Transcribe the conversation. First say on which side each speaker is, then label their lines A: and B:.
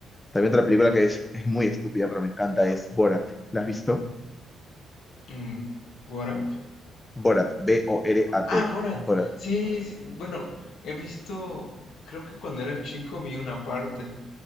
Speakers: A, on the left (about 15°); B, on the left (about 75°).
A: También otra película que es, es muy estúpida, pero me encanta es Borat. ¿La has visto?
B: Mm, What Up?
A: Borat, B-O-R-A-T.
B: Ah, Borat.
A: Borat,
B: Sí, sí, bueno, he visto, creo que cuando era chico vi una parte.